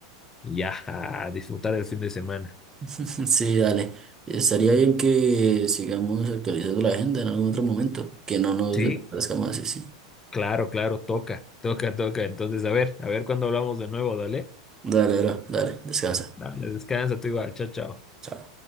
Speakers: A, on the left; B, on the right.
A: y ya a disfrutar el fin de semana.
B: <laughs> Sí, dale. Estaría bien que sigamos actualizando la agenda en algún otro momento, que no nos
A: Sí,
B: desaparezcamos así, sí.
A: claro, claro, toca, toca, toca. Entonces, a ver, a ver cuándo hablamos de nuevo, dale.
B: Dale, bro, dale, descansa.
A: Dale. Descansa, tú igual, chao, chao.
B: Chao.